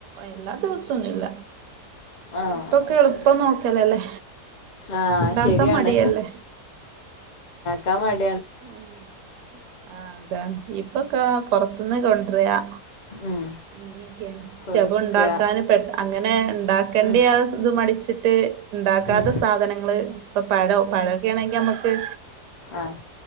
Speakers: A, on the right; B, on the left.
A: എല്ലാ ദിവസൊന്നുല്ല
B: ആഹ്
A: ഇപ്പൊക്കെ എളുപ്പം
B: ശരി
A: നോക്കലല്ലേ
B: ആഹ്
A: ഉണ്ടാക്കാ
B: ശരിയാണ്
A: മടിയല്ലേ
B: കാമാട്
A: ആഹ് ആഹ് അതാണ് ഇപ്പൊക്ക പുറത്ത്ന്ന് കൊണ്ട് റയാ
B: ഉം
A: അങ്ങനെയൊക്കെയാണ്
B: കൊടുക്ക
A: ചിലപ്പോ ഉണ്ടാക്കാന് പെട്ട് അങ്ങനെ ഉണ്ടാക്കണ്ടിയാവസ്
B: ഉം
A: ഇത് മടിച്ചിട്ട് ത്ത് ഇണ്ടാക്കാത്ത
B: ഉം
A: സാധനങ്ങള് ഇപ്പ പഴോ പഴ വേണെങ്കി അമ്മക്ക്
B: ആഹ്